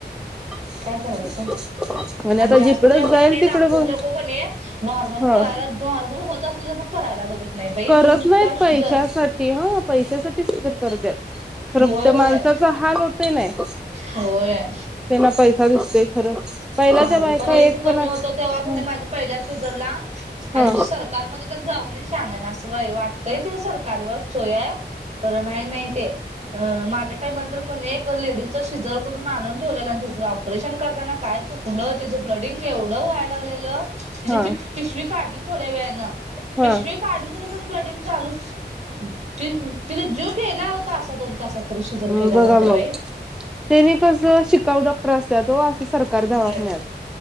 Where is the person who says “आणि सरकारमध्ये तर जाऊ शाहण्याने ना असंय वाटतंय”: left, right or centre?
Right